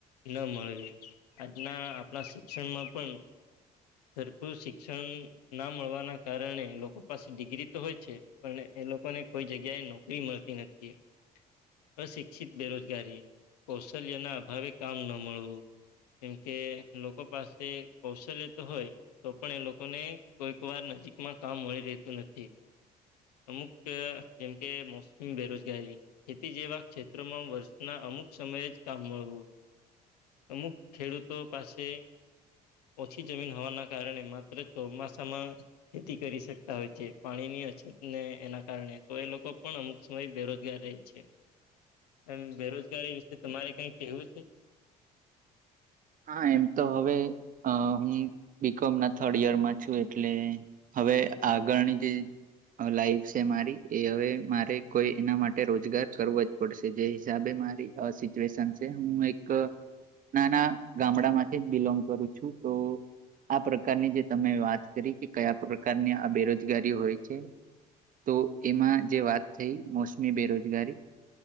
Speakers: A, on the left; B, on the right.
A: ન મળવી આજના આપણા શિક્ષણમાં પણ સરખું શિક્ષણ ના મળવાના કારણે લોકો પાસે ડિગ્રી તો હોય છે પણ એ લોકોને કોઈ જગ્યાએ નોકરી મળતી નથી અશિક્ષિત બેરોજગારી કૌશલ્ય ના અભાવે કામ ન મળવું. કેમ કે લોકો પાસે કૌશલ્ય તો હોય તો પણ એ લોકોને કોઈક વાર નજીકમાં કામ મળી રહેતું નથી અમુક જેમકે મોસ્ટ બેરોજગારી ખેતી જેવા ક્ષેત્રોમાં વર્ષના અમુક સમયે જ કામ મળવું અમુક ખેડૂતો પાસે ઓછી જમીન હોવાના કારણે માત્ર ચોમાસામાં ખેતી કરી શકતા હોય છે પાણીની અછતને એના કારણે તો એ લોકો પણ અમુક સમય બેરોજગાર રહે છે એમ બેરોજગારી વિશે તમારે કઈ કેવું છે
B: હા એમ તો હવે હું બીકોમ ના થર્ડ યરમાં છું એટલે હવે આગળની જે લાઈફ છે મારી એ હવે મારે કોઈ એના માટે રોજગાર કરવો જ પડશે જે હિસાબે મારી આ સીટ્યુશન છે હું એક નાના ગામડા માંથી જ બિલોંગ કરું છું તો આ પ્રકારની જે તમે વાત કરી કે કયા પ્રકારની આ બેરોજગારી હોય છે તો એમાં જે વાત થઈ મોસમી બેરોજગારી